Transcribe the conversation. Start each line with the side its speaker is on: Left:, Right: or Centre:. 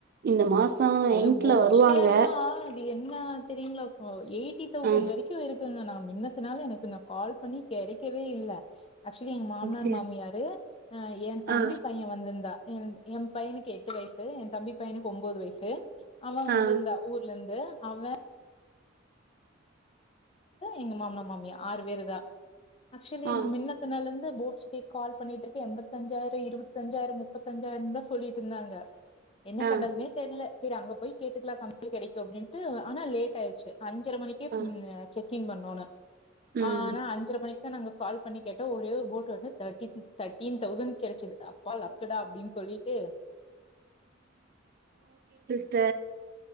Right: இந்த மாசோ
Left: அது
Right: எண்ட்ல
Left: போட்ஸ்டே
Right: வருவாங்க
Left: அல்ல அது என்ன <unintelligible> ஏயிட்டி தௌசண்ட்
Right: ஆ
Left: வரைக்கு இருக்குங்க நாம என்ன சொன்னாலு ஒனக்கு நா கால் பண்ணி கெடைக்கவே இல்ல ஆக்சுவலி எங்க மாமனார்
Right: அப்டியா
Left: மாமியாரு அ எ தம்பி
Right: ஆ
Left: பைய வந்திருந்தா ம் எ பையனுக்கு எட்டு வயசு எ தம்பி பையனுக்கு ஒம்போது வயசு அவன் வந்திருந்தா
Right: ஆ
Left: ஊர்ல இருந்து அதா எங்க மாமனார் மாமியா ஆறு பேருதா ஆக்சுவலி
Right: ஆ
Left: மின்னத்தினால இருந்து போ கால் பண்ணிட்டு இருக்கே எண்பத்தஞ்சாயிர இருபத்தஞ்சாயிர முப்பத்தஞ்சாயிர தா சொல்லிட்டு இருந்தாங்க என்ன
Right: ஆ
Left: பண்றதுன்னே தெரியல சரி அங்க போய் கேட்டுக்லா கம்பமி கெடைக்கு அப்டின்னு இது ஆனா லேட் ஆயிடுச்சு அஞ்சர மணிக்கே
Right: ஆ
Left: உ பண்ணோன
Right: ம்
Left: ஆனா அஞ்சர நாங்க கால் பண்ணி கேட்டோ ஒரே ஒரு போட் வந்து த தட்டின் தௌசண்ட் கெடச்சது அப்பா லக்குடா அப்டின்னு சொல்லிட்டு
Right: ட்ட